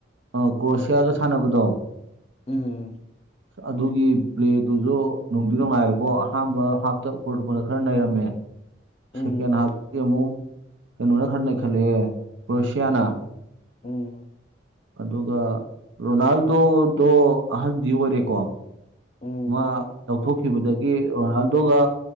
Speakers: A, on the right (about 70°); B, on the left (about 30°).
A: ꯑ ꯀ꯭ꯔꯣꯁꯤꯌꯥꯒ ꯁꯥꯟꯅꯕꯗꯣ
B: ꯎꯝ
A: ꯑꯗꯨꯒꯤ ꯄ꯭ꯂꯦꯗꯨꯁꯨ ꯅꯨꯡꯗꯤ ꯅꯨꯡꯉꯥꯏꯌꯦꯕꯣ ꯑꯍꯥꯟꯕ ꯍꯥꯞꯇ ꯄꯣꯔꯇꯨꯒꯜꯅ ꯈꯔ ꯅꯩꯔꯝꯃꯦ
B: ꯎꯝ
A: ꯁꯦꯀꯦꯟ ꯍꯥꯞꯇꯗꯤ ꯑꯃꯨꯛ ꯀꯩꯅꯣꯅ ꯈꯔ ꯅꯩꯈꯠꯂꯛꯑꯦ ꯀꯣꯔꯦꯁꯤꯌꯥꯅ
B: ꯎꯝ
A: ꯑꯗꯨꯒ ꯔꯣꯅꯥꯜꯗꯣꯗꯣ ꯑꯍꯟꯗꯤ ꯑꯣꯏꯔꯦꯀꯣ
B: ꯎꯝ
A: ꯃꯥ ꯂꯧꯊꯣꯛꯈꯤꯕꯗꯒꯤ ꯔꯣꯅꯥꯜꯗꯣꯒ